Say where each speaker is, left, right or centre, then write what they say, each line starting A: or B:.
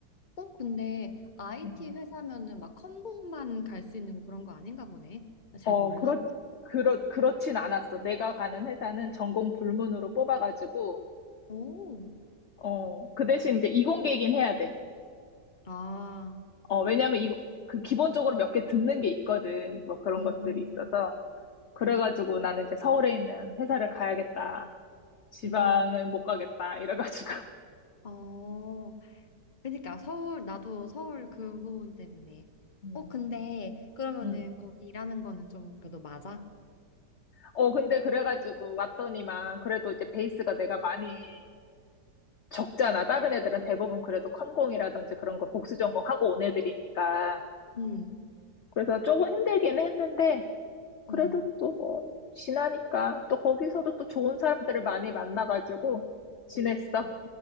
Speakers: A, on the left; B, on the left.
A: 어, 근데 IT
B: 음.
A: 회사면은 막 컴공만 갈 수 있는 거 그런 거 아닌가 보네. 나 잘
B: 어,
A: 몰라.
B: 그렇, 그렇, 그렇진 않았어. 내가 가는 회사는 전공 불문으로 뽑아가지고
A: 오,
B: 어, 그 대신 이제 이공계긴 이 해야 돼.
A: 아,
B: 어, 왜냐면 이, 그 기본적으로 몇 개 듣는 게 있거든. 뭐 그런
A: 음,
B: 것들이 있어서. 그래가지고
A: 어,
B: 나는 이제 서울에 있는 회사를 가야겠다. 지방을
A: 음,
B: 못 가겠다. 이래가지고. <laughs>
A: 어, 그러니까 서울, 나도 서울 그 부분 때문에.
B: 음,
A: 어, 근데 그러면은
B: 음,
A: 거기 일하는 거는 좀 그래도 맞아?
B: 어, 근데 그래가지고 왔더니만 그래도 이제 베이스가 내가 많이 적잖아. 다른 애들은 대부분 그래도 컴공이라든지 그런 거 복수 전공하고 온 애들이니까.
A: 음,
B: 그래서 조금 힘들기는 했는데, 그래도
A: 음.
B: 또 뭐, 지나니까 또 거기서도 또 좋은 사람들을 많이 만나가지고 지냈어.
A: 오,